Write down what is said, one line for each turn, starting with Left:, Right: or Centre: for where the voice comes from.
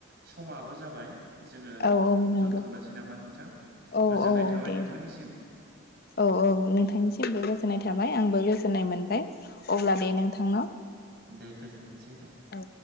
Right: समाबो जाबाय जोङो
Left: औ औ नंगौ
Right: दोन्थ'नोसै नामा नोंथां
Left: औ
Right: गोजोननाय
Left: औ
Right: थाबाय
Left: दे
Right: नोंथांनिसिम।
Left: औ औ नोंथांनिसिमबो गोजोननाय थाबाय आंबो गोजोननाय मोनबाय। अब्ला दे नोंथां ना।
Right: दे गोजोनथोंसै दे।
Left: औ।